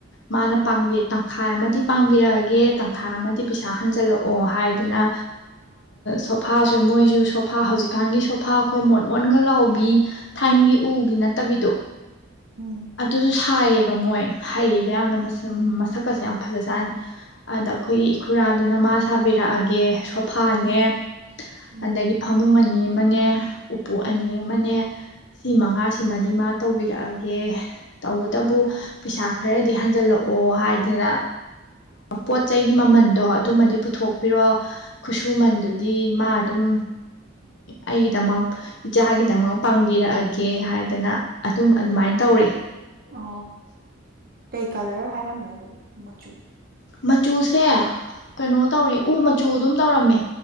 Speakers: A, on the left; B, on the right.
A: ꯃꯥꯅ ꯄꯥꯡꯕꯤ ꯇꯪꯈꯥꯏ ꯑꯃꯗꯤ ꯄꯥꯡꯕꯤꯔꯛꯑꯒꯦ ꯇꯪꯈꯥꯏ ꯑꯃꯗꯤ ꯄꯩꯁꯥ ꯍꯟꯖꯜꯂꯛꯑꯣ ꯑꯣ ꯍꯥꯏꯗꯅ ꯁꯣꯐꯥꯁꯨ ꯃꯣꯏꯁꯨ ꯁꯣꯐꯥ ꯍꯧꯖꯤꯛꯀꯥꯟꯒꯤ ꯁꯣꯐꯥ ꯑꯩꯈꯣꯏ ꯃꯣꯟ ꯃꯣꯟꯒ ꯂꯥꯎꯕꯤ ꯊꯥꯏꯅꯒꯤ ꯎꯒꯤ ꯅꯠꯇꯕꯤꯗꯣ
B: ꯎꯝ
A: ꯑꯗꯨ ꯑꯗꯨ ꯍꯥꯏꯥꯏꯌꯦꯕ ꯃꯣꯏ ꯍꯩꯌꯦꯕ ꯌꯥꯝꯅ ꯃꯁꯛꯀꯁ ꯌꯥꯝ ꯐꯖꯥꯅꯤ ꯑꯗ ꯑꯩꯈꯣꯏꯒꯤ ꯏꯈꯨꯔꯥꯗꯨꯅ ꯃꯥ ꯁꯥꯕꯤꯔꯛꯑꯒꯦ ꯁꯣꯐꯥꯅꯦ
B: ꯎꯝ
A: ꯑꯗꯒꯤ ꯐꯃꯨꯡ ꯑꯅꯤ ꯑꯅꯤ ꯑꯃꯅꯦ ꯎꯄꯨ ꯑꯅꯤ ꯑꯃꯅꯦ ꯁꯤ ꯃꯉꯥꯁꯤꯃꯗꯤ ꯃꯥ ꯇꯧꯕꯤꯔꯛꯑꯒꯦ ꯇꯧꯕꯇꯕꯨ
B: ꯑꯣ
A: ꯄꯩꯁꯥ ꯈꯔꯗꯤ ꯍꯟꯖꯜꯂꯛꯎ ꯑꯣ ꯍꯥꯏꯗꯅ ꯄꯣꯠ ꯆꯩꯒꯤ ꯃꯃꯟꯗꯣ ꯑꯗꯨꯃꯗꯤ ꯄꯨꯊꯣꯛꯄꯤꯔꯣ ꯈꯨꯠꯁꯨꯃꯟꯗꯨꯗꯤ ꯃꯥ ꯑꯗꯨꯝ ꯑꯩꯒꯤꯗꯃꯛ ꯏꯆꯥꯒꯤꯗꯃꯛ ꯄꯥꯡꯕꯤꯔꯛꯑꯒꯦ ꯍꯥꯏꯗꯅ ꯑꯗꯨꯝ ꯑꯗꯨꯃꯥꯏꯅ ꯇꯧꯔꯑꯦ
B: ꯑ ꯀꯩ ꯀꯂꯔ ꯍꯥꯏꯔꯝꯃꯦ ꯑꯗꯨꯅꯦ ꯃꯆꯨ
A: ꯃꯆꯨꯁꯦ ꯀꯩꯅꯣ ꯇꯧꯔꯦ ꯎ ꯃꯆꯨ ꯑꯗꯨꯝ ꯇꯧꯔꯝꯃꯦ